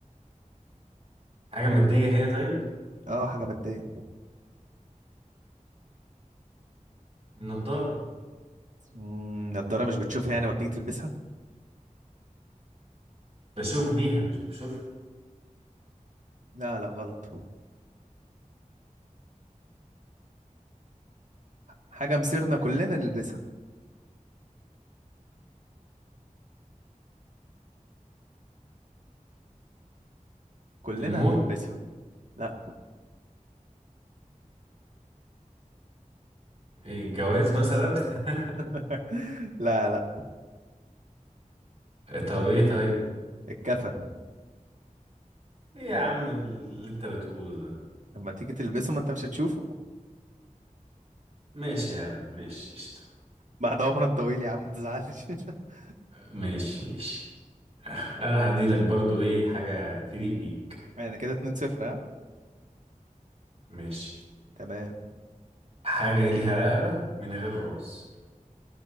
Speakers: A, on the right; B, on the right.
A: حاجة مادية هي طيب
B: اه حاجه ماديه
A: النضارة
B: امم نضاره مش بتشوفها يعني ما بتيجي تلبسها
A: بشوف بيها مش بشوفها
B: لا لا غلط حاجه مسيرنا كلنا نلبسها كلنا
A: الموت
B: هنلبسها لا
A: إيه، الجواز مثلا <laughs>
B: <laughs> لا لا
A: طب ايه طيب
B: الكفن
A: ايه يا
B: مم.
A: عم اللي انت بتقوله ده
B: لما تيجي تلبسه ما انت مش هتشوفه
A: ماشي يا عم ماشي قشطة
B: بعد عمر طويل يا عم ما تزعلش <laughs>
A: ماشي ماشي <laughs> انا هديلك برضو ايه حاجة تليق بيك
B: انا كده 2 0 ها
A: ماشي
B: تمام
A: حاجة ليها رقبة من غير راس